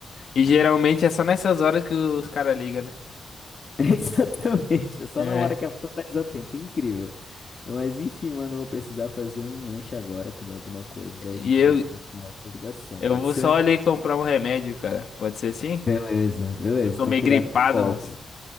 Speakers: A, on the left; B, on the left.
A: E geralmente é só nessas horas que os caras ligam, né?
B: <laughs> Exatamente. É só
A: É.
B: na hora que a pessoa tá desatenta. é Incrível. Mas enfim, mano, eu vou precisar fazer um lanche agora, comer alguma coisa. Daí
A: E
B: a gente
A: eu,
B: pode continuar a ligação,
A: eu
B: pode
A: vou
B: ser?
A: só ali comprar um remédio, cara. Pode ser assim?
B: Beleza, beleza.
A: Eu tô
B: Então,
A: meio
B: cuidado
A: gripado,
B: com o golpe.
A: mas.